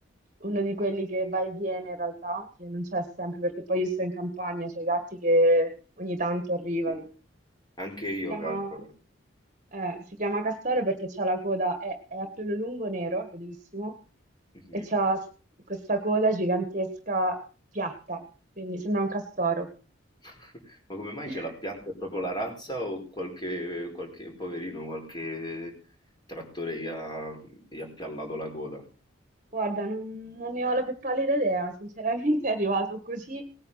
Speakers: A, on the right; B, on the left.
A: uno di quelli che va e viene in realtà, che non c'è sempre, perché poi io sto in campagna, c'è i gatti che ogni tanto arrivano.
B: sì. Anche io
A: Si chiama,
B: calcolo.
A: eh, si chiama castoro perché c'ha la coda, è, è a pelo lungo nero, bellissimo,
B: Mhm.
A: e c'ha s- questa coda gigantesca piatta, quindi sembra un castoro.
B: <laughs> Ma come mai
A: <laughs>
B: ce l'ha piatta? È proprio la razza o qualche, qualche poverino, qualche trattore gli ha, gli ha piallato la coda?
A: Guarda, non, non ne ho la più pallida idea, sinceramente è arrivato così,